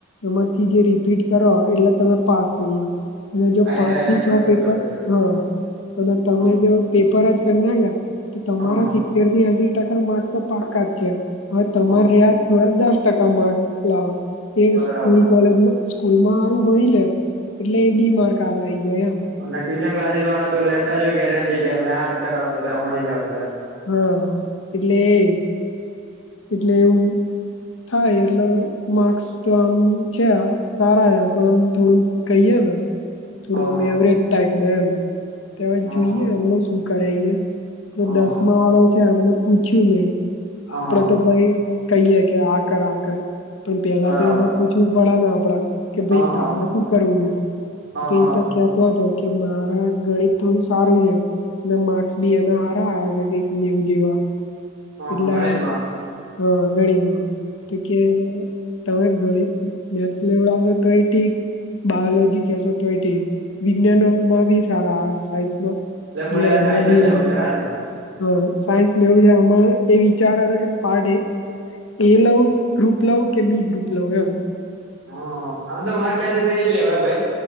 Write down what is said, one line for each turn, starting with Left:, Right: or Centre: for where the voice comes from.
Left: એમાંથી જે રિપીટ કરો એટલે તમે પાસ થઈ જાવ અને જો
Right: આયરા
Left: પાંચ
Right: આયરા
Left: થી છ
Right: ક્વેશ્ચન
Left: પેપર
Right: કરી દેજો
Left: હા અને તમે
Right: હા
Left: જો પેપર જ ના ગયા તો તમારા
Right: હા
Left: સિત્તેર થી એસી ટકા માર્ક તો પાકા જ છે હવે તમારે
Right: હા
Left: આ થોડા દસ ટકા માર્ક લાવો એ
Right: બરાબર
Left: સ્કૂલ કોલેજમાં સ્કૂલમાં હારું ભણી લે એટલે એબી માર્ક હારા આઈ જાય એમ
Right: અને ટ્યુશન ક્લાસીસવાળા તો લેતા જોય ગેરન ટી કે આજ કરાવશું તો એમાંથી જ આવશે
Left: હા એટલે એ એટલે એવું થાય એટલે માર્ક્સ તો આમ છે સારા છે પણ આમ થોડુંક કહીએ હાલો થોડો
Right: હા
Left: અમે
Right: હા
Left: એવરેજ ટાઈપના એમ
Right: હા
Left: જોઈએ
Right: હા
Left: એમને શું કરાઈ એ તો
Right: હા
Left: દસમા
Right: હા
Left: વાળો છે એમને પૂછ્યું મેં
Right: હા
Left: આપડે
Right: હા
Left: તો ભઈ કહીયે કે આ કર આ કર પણ પેલા
Right: બરાબર
Left: તો એને પૂછવું પડે ને આપડા કે ભાઈ
Right: હા હા
Left: તારા શું કરવું
Right: હા
Left: છે
Right: હા
Left: તો એ તો કેતો હતો કે મારા ગણિત થોડું સારું છે, અને માર્ક્સ બી એના હારા આવ છે, કેઈક નેવું જેવા.
Right: હ હ
Left: એટલે
Right: ગણિતમા?
Left: હા ગણિતમાં તો કે તમે ગણીત મેથ્સ લેવડાવશો તોય ઠીક બાયોલોજી કહેશો તોય ઠીક વિજ્ઞાનમાં બી સારા સાયન્સ મા
Right: મુળે
Left: એટલે એમાં
Right: સાયન્સ
Left: બી
Right: જ લેવું
Left: વાંધો
Right: છે હે ને
Left: હ સાયન્સ લેવું છે આમાં એ વિચારે છે કે પાર્ટ એ એ લવ ગ્રુપ લઉ કે બી ગ્રુપ લવ એમ
Right: હ આમ તો મારે ખ્યાલથી તો એ જ લેવાય ભઈ